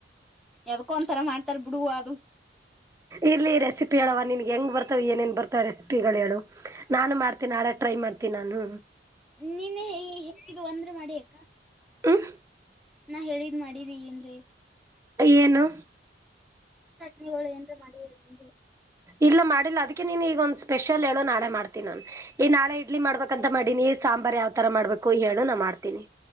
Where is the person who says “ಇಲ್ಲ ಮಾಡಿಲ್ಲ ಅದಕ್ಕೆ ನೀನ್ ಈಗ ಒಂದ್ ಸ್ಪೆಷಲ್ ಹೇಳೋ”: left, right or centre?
Right